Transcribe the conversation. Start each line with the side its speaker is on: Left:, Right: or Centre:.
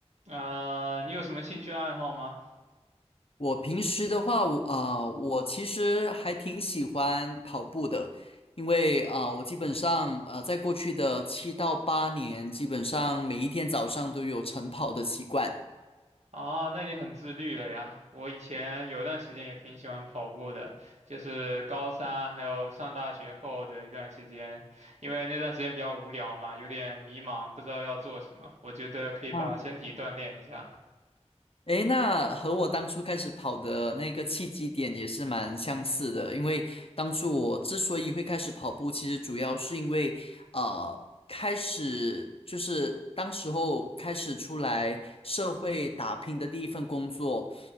Right: 啊、你有什么兴趣爱好吗？
Left: 我平时的话，我啊、呃我其实还挺喜欢跑步的，因为啊、呃我基本上啊、呃在过去的七到八年，基本上每一天早上都有晨跑的习惯。
Right: 啊，那你很自律了呀。我以前有段时间也挺喜欢跑步的，就是高三还有上大学后的一段时间，因为那段时间比较无聊嘛，有点迷茫，不知道要做什么。我觉得可以把身体锻炼一下。
Left: 嗯。诶，那和我当初开始跑的那个契机点也是蛮相似的，因为当初我之所以会开始跑步，其实主要是因为，呃，开始就是当时候开始出来社会打拼的第一份工作，